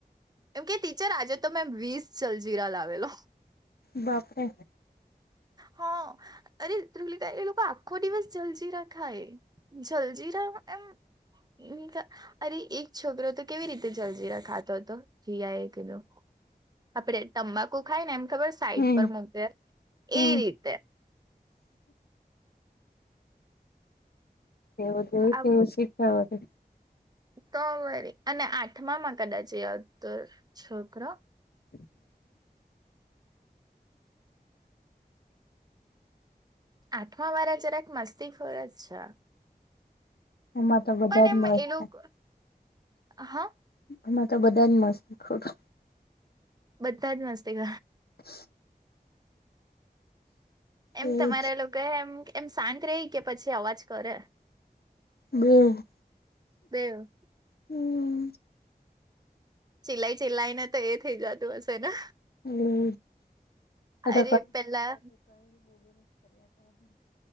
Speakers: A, on the right; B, on the left.
A: કેમ કે ટીચર આજે તો મેં વીસ જલજીરા લાવેલો
B: બાપરે
A: હા અરે ધ્રુલિકા એ લોકો આખો દિવસ ચાલશે રા ખાય જલજીરા એમ અરે એક છોકરો તો કેવી રીતે જલજીરા ખાતો હતો જીિયા એ કીધું. આપડે તંબાકુ ખાય ને એમ ખબર સાઈટ
B: હમ
A: પર મૂકે
B: હમ
A: એ રીતે
B: એવું જોયું
A: આ
B: તેવું શીખવા
A: તો વરી અને આઠમામાં કદાચ એ હતો છોકરો
B: <inaudible>
A: આઠમા વારા જરાક મસ્તી ખોરા જ છે
B: હમાં તો બધા
A: પણ
B: જ
A: એમ
B: મસ્ત
A: એ લોકો
B: છે
A: હા
B: હમાં તો બધા જ મસ્ત શીખ
A: બધતાાય નાસ્તે ક
B: હ
A: એમ
B: એવું
A: તમારા
B: જ
A: લોકો એમ એમ શાંત રહી કે પછી અવાજ કરે
B: બે
A: એવ
B: હમ
A: ચિલાઈ ચિલાઈ ને તો એ થઇ જતું હશે ને
B: <unintelligible> કર ત
A: અરે પેલા